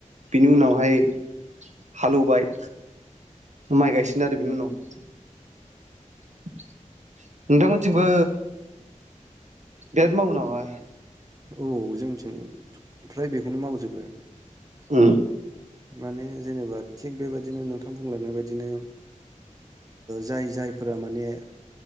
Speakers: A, on the right (about 65°); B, on the right (about 25°).
A: बिनि उनावहाय हालेवबाय माइ गायसिगोन आरो बेनि उनाव <inaudible> नोंथांमोननिथिंबो बिराद मावो नामा
B: औ जोंनिथिं फ्राय बेखौनो मावजोबो
A: ओ
B: माने जेनेबा थिग बेबायदिनो नोंथां बुंलांनाय बायदिनो जाय जायफोरा माने